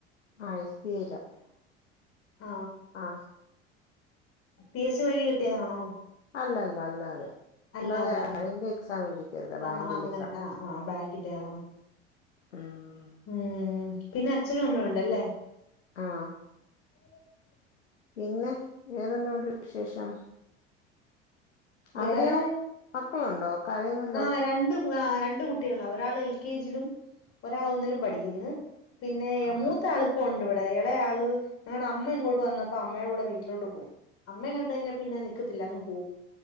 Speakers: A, on the left; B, on the left.
A: ആ എസ് ബി ഐയില
B: ആ
A: ആഹ്
B: പി എസ് സി വഴി കിട്ടിയതാണോ
A: അല്ലല്ല അല്ലാ അതെ അല്ലാതെ
B: അല്ലാതെയാ
A: അയിന്റെ എക്സാം <unintelligible> ബാങ്കിന്റെ
B: ആഹ് അങ്ങനെ
A: എക്സാം
B: ആഹ് ആഹ് ബാങ്കിന്റെ ആഹ്
A: ഉം
B: ഉം പിന്നെ അച്ഛനും അമ്മേം ഉണ്ടല്ലേ
A: ആഹ്
B: ഉ
A: പിന്നെ വേറെന്തൊണ്ട് വിശേഷം
B: വേറെ
A: അവിടെയോ മക്കളുണ്ടോ കരയുന്നുണ്ടല്ലോ
B: ആഹ് രണ്ട് രണ്ട് കുട്ടികളാ ഒരാൾ എൽ കെ ജിലും ഒരാൾ ഒന്നിലും പഠിക്ക്‌ന്ന് പിന്നെ എ
A: ആഹാ
B: മൂത്താളുപ്പൊണ്ടോ വ്ടെ എളേ ആള് ഞങ്ങടെ അമ്മ ഇങ്ങോട്ട് വന്നപ്പോ അമ്മയുടെ കൂടെ വീട്ടിലോട്ട് പോയി അമ്മെ കണ്ട് കഴിഞ്ഞാ പിന്നെ നിക്കത്തില്ല അങ്ങ് പോം